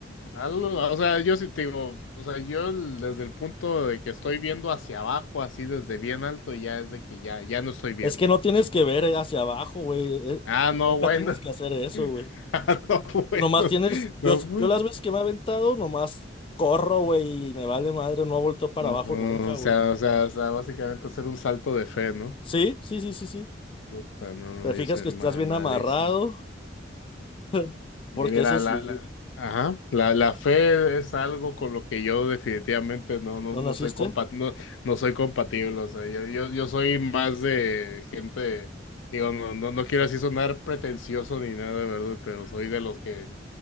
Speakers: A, on the left; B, on the left.
A: Algo- o sea, yo sí te digo, o sea, yo el- desde el punto de que estoy viendo hacia abajo, así desde bien alto, ya es de que ya, ya no estoy viendo,
B: Es que
A: o sea,
B: no tienes
A: porque-
B: que ver eh, hacia abajo, güey. Eh,
A: ah, no,
B: Nunca
A: bueno,
B: tienes que hacer eso, güey.
A: <laughs> ah, no, bueno,
B: Nomás tienes, yo,
A: no, pues,
B: yo las veces que me he aventado, nomás corro, güey, y me vale madre, no he vuelto para
A: no,
B: abajo
A: no,
B: nunca,
A: o
B: güey.
A: sea, o sea, o sea, básicamente hacer un salto de fe, ¿no?
B: Sí, sí, sí, sí, sí.
A: Puta, no, no,
B: Te fijas
A: yo soy
B: que estás
A: ma-
B: bien
A: malísimo.
B: amarrado. <laughs>
A: Mira,
B: Porque eso sí,
A: la, la, ajá, la, la fe es algo con lo que yo definitivamente no, no,
B: no
A: no
B: naciste,
A: soy compa- no, no soy compatible. O sea, yo, yo, yo soy más de gente, digo, no, no, no quiero así sonar pretencioso ni nada, ¿verdad? Pero soy de los que